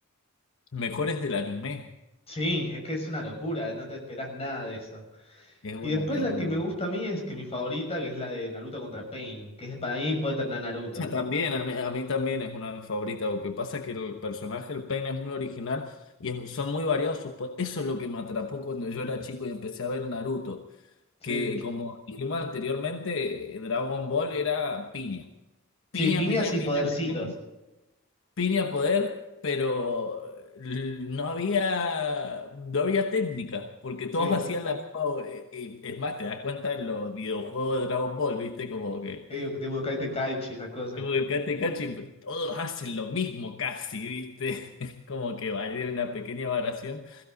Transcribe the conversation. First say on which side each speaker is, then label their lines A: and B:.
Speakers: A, on the left; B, on the left.
A: Mejores del anime.
B: Sí, es que es una locura, no te esperás nada de eso.
A: Es una,
B: Y después
A: es
B: la
A: una.
B: que me
A: <laughs>
B: gusta a mí es que mi favorita, que es la de Naruto contra Pain, que es para mí puede terminar Naruto.
A: O sea, también, a mí, a mí también es una de mis favoritas. Lo que pasa es que el personaje, el Pain, es muy original y es- son muy variados sus. po- Eso es lo que me atrapó cuando yo era chico y empecé a ver Naruto.
B: Sí,
A: Que como dijimos anteriormente, eh, Dragon Ball era piña. Piña,
B: Sí, piñas
A: piña,
B: y
A: piña,
B: podercitos.
A: piña, piña, piña poder, pero l- no había, no había técnica, porque todos
B: sí,
A: hacían la misma. eh, eh, Es más, te das cuenta en los videojuegos de Dragon Ball, ¿viste? Como que.
B: Sí, tipo Kaiten Kaichi, esas cosas.
A: Tipo, el Cate Cachi, pues, todos hacen lo mismo casi, ¿viste? <laughs> Es Como que vale una pequeña variación,